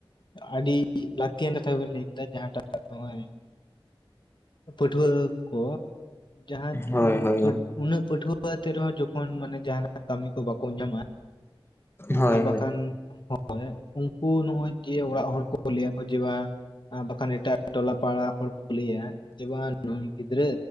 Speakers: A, on the left; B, on the left.
A: ᱟᱰᱤ ᱞᱟᱹᱠ ᱛᱤᱭᱟᱱ ᱠᱟᱛᱷᱟ ᱜᱮ ᱵᱮᱱ ᱞᱟᱹᱭ ᱠᱮᱫᱟ ᱡᱟᱦᱟᱸᱴᱟᱜ ᱱᱚᱜᱼᱚᱭ ᱯᱟᱹᱴᱷᱩᱣᱟᱹ ᱠᱚ ᱡᱟᱦᱟᱸ
B: ᱦᱳᱭ ᱦᱳᱭ
A: ᱩᱱᱟᱹᱜ ᱯᱟᱹᱴᱷᱩᱣᱟᱹ ᱟᱹ ᱟᱛᱮ ᱨᱮᱦᱚᱸ ᱡᱚᱠᱷᱚᱱ ᱢᱟᱱᱮ ᱡᱟᱦᱟᱱᱟᱜ ᱠᱟᱹᱢᱤ ᱠᱚ ᱵᱟᱠᱚ ᱧᱟᱢᱟ᱾
B: ᱦᱳᱭ
A: ᱟᱨ ᱵᱟᱠᱷᱟᱱ ᱦᱚᱭ ᱩᱱᱠᱩ ᱱᱚᱜᱚᱭ ᱡᱮ ᱚᱲᱟᱜ ᱦᱚᱲ ᱠᱚ ᱞᱟᱹᱭᱟᱠᱚ ᱡᱮ ᱵᱟᱝ ᱟᱸ ᱵᱟᱠᱷᱟᱱ ᱮᱴᱟᱜ ᱴᱚᱞᱟ ᱯᱟᱲᱟ ᱦᱚᱲ ᱠᱚ ᱞᱟᱹᱭᱟ, ᱡᱮ ᱵᱟ ᱱᱩᱭ ᱜᱤᱫᱽᱨᱟᱹ